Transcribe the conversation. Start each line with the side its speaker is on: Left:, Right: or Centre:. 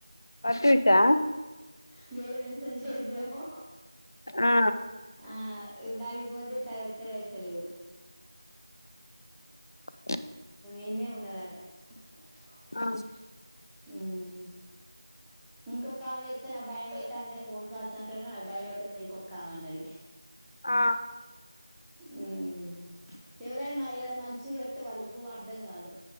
Left: ప్రత్యూషా
Centre: పేరు మెన్షన్ చేయ్యదేమో.
Left: ఆ
Centre: ఆ దానికి ఫోన్జేతే అది ఎత్తలేదు. తెలియదు.
Left: ఆ
Centre: ఇన్నే ఉన్నదాట ఓ పిచి
Left: ఆ
Centre: పిచి పిచ్ హ్మ్ ఇంకొకామేకి చెప్తే నాకు భయం అయితాందే ఫోన్ కాల్స్ అంటనే నాకు భయం అయితాంది అని ఇంకొకామె అన్నది.
Left: ఆ
Centre: హ్మ్ ఎవలైనా మ ఏదైనా మంచిగ చెప్తే వాళ్ళకు అర్థం కాదు.